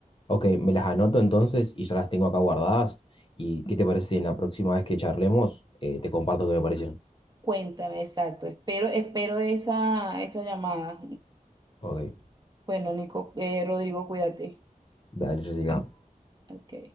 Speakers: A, on the left (about 35°); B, on the right (about 30°).
A: Ok, me las anoto entonces y ya las tengo acá guardadas. ¿Y qué te parece si en la próxima vez que charlemos eh, te comparto qué me parecieron?
B: Cuéntame, exacto, espero, espero esa, esa llamada.
A: Ok,
B: Bueno, Nico, eh, Rodrigo, cuídate.
A: dale, Jessica.
B: Ok.